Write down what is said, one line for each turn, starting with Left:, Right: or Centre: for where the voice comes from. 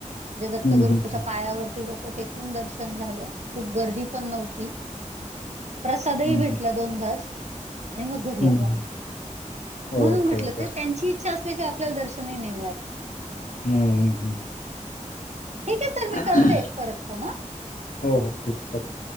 Right: म्हणजे दत्तगुरूंच्या
Left: हम्म हम्म
Right: पायावरती डोकं टेकून दर्शन झालं खूप गर्दी पण नव्हती. प्रसादही ही
Left: हम्म
Right: भेटला दोन घास आणि मग घरी
Left: हम्म
Right: आलो.
Left: हम्म.
Right: म्हणून
Left: ओके
Right: म्हटलं
Left: ओके
Right: ते त्यांची इच्छा असली की आपल्याला दर्शनही नाही मिळतं.
Left: हम्म
Right: ठीक आहे सर मी
Left: हम्म.
Right: करते परत फोन हा.
Left: हो हो ठीक आहे.